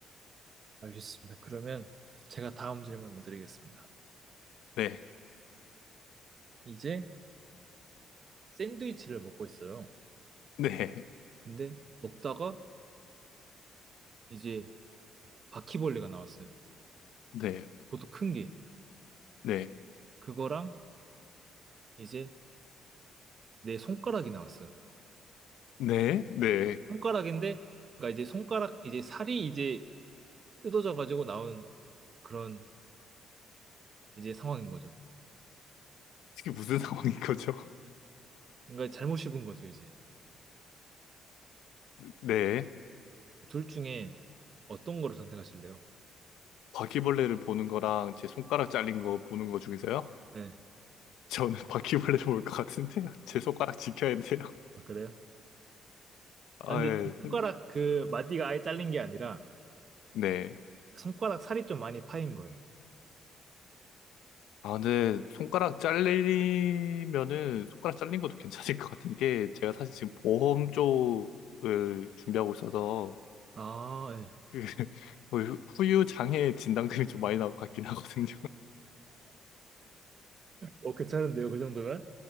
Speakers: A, on the right (about 45°); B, on the left (about 85°).
A: 알겠습니다. 그러면 제가 다음 질문 한번 드리겠습니다.
B: 네.
A: 이제 샌드위치를 먹고 있어요.
B: 네,
A: 근데 먹다가 이제 바퀴벌레가 나왔어요.
B: 네,
A: 그것도 큰 게.
B: 네,
A: 그거랑 이제 내 손가락이 나왔어요.
B: 네, 네.
A: 손가락인데, 그러니까 이제 손가락, 이제 살이 이제 뜯어져 가지고 나온 그런 이제 상황인 거죠.
B: 이게 무슨 상황인 거죠?
A: 그러니까 잘못 씹은 거죠, 이제.
B: <laughs> 네.
A: 둘 중에 어떤 거를 선택하실래요?
B: 바퀴벌레를 보는 거랑 제 손가락 잘린 거 보는 거 중에서요?
A: 네.
B: 저는 <laughs> 바퀴벌레를 볼 것 같은데요. 제 손가락 지켜야 돼요.
A: 아, 그래요?
B: 아,
A: 아, 근데
B: 예.
A: 이 손가락
B: 손-
A: 그 마디가 아예 잘린 게 아니라
B: 네.
A: 그 손가락 살이 좀 많이 파인 거예요.
B: 아, 근데 손가락 잘리면은 손가락 잘린 것도 괜찮을 것 같은 게 제가 사실 지금 보험 쪽을 준비하고 있어서
A: 아, 예.
B: 그 <laughs> 뭐 후- 후유 장애 진단금이 좀 많이 나올 것 같긴 하거든요.
A: 어, 괜찮은데요, 그 정도면?